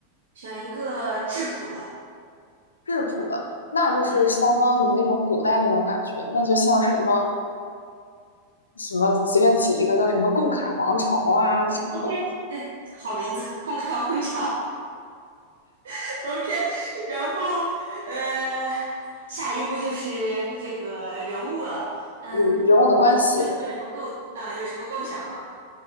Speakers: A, on the right; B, on the left.
A: 选一个质朴的，
B: 质朴的？那就是相当于那种古代那种感觉，
A: 嗯
B: 那就像什么什么随便起一个叫什么“贡卡王朝”啊，这种
A: ，OK，对，好名字，共开王朝 <laughs>，OK，然后呃，下一步就是这个人物了，嗯，
B: 有人物的关系，
A: 你有你有什么构啊、有什么构想吗？